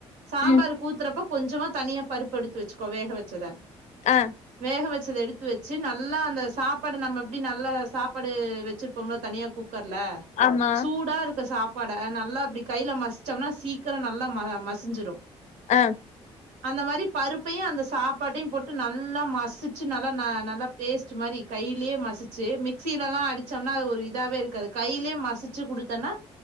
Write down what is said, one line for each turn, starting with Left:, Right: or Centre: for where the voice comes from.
Right: சாம்பார்க்கு
Left: ம்
Right: ஊத்தறப்ப கொஞ்சமா தனியா பருப்பு எடுத்து வெச்சுக்கோ வேக வெச்சத
Left: ஆ
Right: வேக வெ ச்சத எடுத்து வச்சு நல் லா அந்த சாப்பாடு நம்ம எப்படி நல்ல சாப்பாடு வச்சிருப்போம்ல தனியா கு க்கர்ல
Left: ஆமா
Right: சூடா இருக்க சாப் பாட நல்லா அப்படி கையில மசிச்சோம்னா சீக்கிரோ நல்லா ம மசிஞ்சிரு
Left: ஆ
Right: அந்த மாரி பருப்பையு அந்த சாப்பாட்டையு போட்டு நல்லா மசிச்சு நல்லா ந நல்லா பேஸ்ட் மாரி கையிலேயே மசிச்சு மிக்சியில எல்லா அடிச்சோம்னா அது ஒரு இதாவே இருக்காது கையிலேயே மசிச்சு குடுத்தேன்னா